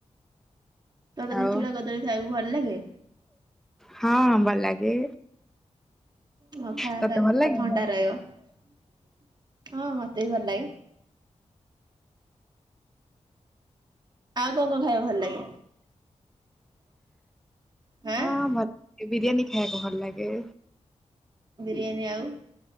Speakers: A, on the right; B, in the centre.
A: ତତେ
B: ଆଉ
A: କଣ ଚୁଡ଼ା କଦଳୀ ଖାଇଆକୁ ଭଲ ଲାଗେ?
B: ହଁ, ବ ଲାଗେ।
A: ହଁ, ଖା,
B: ତତେ
A: ଖା
B: ଭଲ
A: ପେଟ
B: ଲାଗେନି
A: ଥଣ୍ଡା
B: ହଁ
A: ରହିବ। ହଁ, ମତେ ବି ଭଲ ଲାଗେ। ଆଉ କଁ କଁ ଖାଇଆକୁ ଭଲ ଲାଗେ? ହାଁ
B: ହଁ ଭଲ୍ ବିରିୟାନୀ ଖାଇୟାକୁ ଭଲ ଲାଗେ।
A: ବିରିୟାନୀ ଆଉ